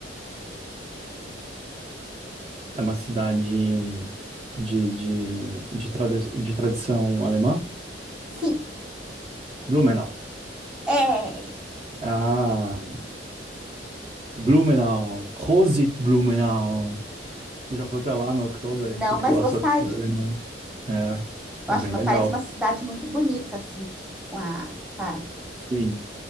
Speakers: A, on the right; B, in the centre.
A: É uma cidade de, de, de, tradi- de tradição alemã?
B: Sim,
A: Blumenau.
B: é.
A: Ah, Blumenau. Prosit Blumenau. Tu já foi pra lá no Oktober?
B: Não,
A: Tu que
B: mas
A: gosta
B: gostaria.
A: da cultura alemã. É,
B: Eu
A: é
B: acho,
A: bem
B: uma-
A: legal.
B: parece uma cidade muito bonita, assim, com a- essa
A: Sim.